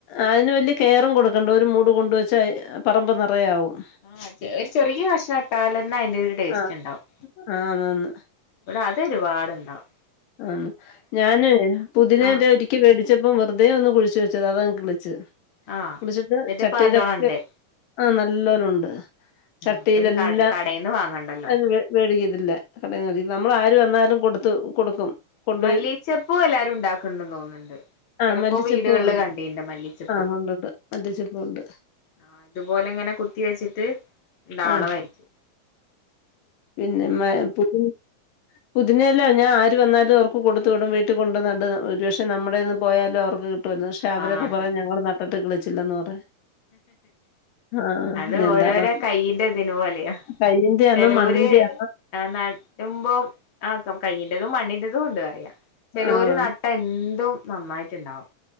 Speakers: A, on the left; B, on the left.
A: അയിന് വല്യ കെയറും കൊടുക്കണ്ട ഒരു മൂട് കൊണ്ടുവച്ചാ പറമ്പ് നെറയെ ആവും
B: ആഹ് ചെ ഒരു ചെറിയ ഭഷണം ഇട്ടൽന്നെ അതിന്റെ ഒരു ടേസ്റ്റ്
A: ആഹ്
B: ണ്ടാവും
A: ആന്നാന്ന്
B: ഇവിടെ അതെരുപാടുണ്ടാവും
A: അം ഞാനേ പുതിനയില
B: ആഹ്
A: ഒരി ക്ക് മേടിച്ചപ്പോ വെറുതെ ഒന്ന് കുഴിച്ചു വെച്ചത് അതങ്ങ് കളിച്ച്
B: ആഹ്
A: കളിച്ചിട്ട്
B: എന്നിട്ടിപ്പ
A: ചട്ടിയിലൊക്കെ
B: നല്ലോണം ഉണ്ട്
A: ആഹ് നല്ലോരുണ്ട് ചട്ടിയിലെല്ലാം
B: അപ്പൊ ഇനി കട കടയിൽന്ന് വാങ്ങണ്ടല്ലോ
A: അതിൻ്റെ മേടിക്കത്തില്ല കടേന്ന് മേടിക്കും നമ്മള് ആര് വന്നാലും കൊടുത്ത് കൊടുക്കും കൊണ്ടുപോയി
B: മല്ലീച്ചെപ്പും എല്ലാരും ഉണ്ടാക്കുന്നുണ്ടന്ന് തോന്നുന്നുണ്ട്
A: ആഹ്
B: എതക്കോ
A: മല്ലിച്ചെപ്പും
B: വീടുകളില്
A: ഉണ്ട്
B: കണ്ടീണ്ട് മല്ലിച്ചെപ്പ്
A: ആഹ് ഉണ്ട് ഉണ്ട് മല്ലിച്ചെപ്പും ഉണ്ട്
B: ആ ഇതുപോലെ ഇങ്ങനെ കുത്തി വെച്ചിട്ട് ഇണ്ടാവണതായിരിക്കും
A: ആഹ് പിന്നെ മ പുതിന പുതയില ഞാൻ ആര് വന്നാലും അവർക്ക് കൊടുത്തു വിടും വീട്ടിൽ കൊണ്ടുനട് ഒരു പക്ഷേ നമ്മടെന്ന് പോയാലും അവർക്ക് കൊടുക്കും ട്ടു വരുന്നേ പക്ഷേ അവരൊക്കെ
B: ആഹ് അതെ
A: പറയുന്നേ ഞങ്ങള് നട്ടിട്ട് കളിച്ചില്ലന്ന് പറയും ആഹ്
B: അത്
A: എന്താണോ
B: ഓരോരോ
A: എന്തോ
B: കൈയിന്റെ ഇതിന് പോലെയാ
A: കയ്യിന്റെയാന്നോ
B: ചില
A: മണ്ണിന്റെയാ
B: ഒരു ആ നട്ടുമ്പം ആഹ് കയ്യിൻ്റെതും മണ്ണിൻ്റെതും ഉണ്ട് പറയാ ചിലൊരു
A: ആഹ്
B: നട്ട എന്തും നന്നായിട്ടുണ്ടാവും